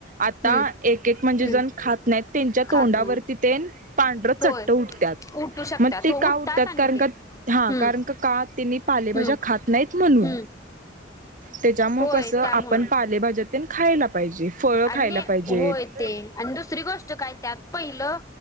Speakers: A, on the right (about 45°); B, on the left (about 15°).
A: आता
B: हम्म
A: एक एक म्हणजे
B: हम्म
A: जण खात नाहीत त्यांच्या
B: खात
A: तोंडावरती
B: नाही
A: तेन पांढरं
B: होय
A: चट्ट उठतात
B: उठू शकतात
A: मग ते
B: हो
A: का उठतात
B: आणि
A: कारण
B: ते
A: का हा
B: हम्म
A: कारण का का त्यांनी पालेभाज्या
B: हम्म
A: खात नाहीत म्हणून
B: हम्म
A: त्याच्यामुळे
B: होय
A: कसं
B: त्यामुळ
A: आपण पालेभाज्या तेन खायला पाहिजे फळं
B: आणि
A: खायला पाहिजेत
B: होय ते आणि दुसरी गोष्ट काय त्यात पहिलं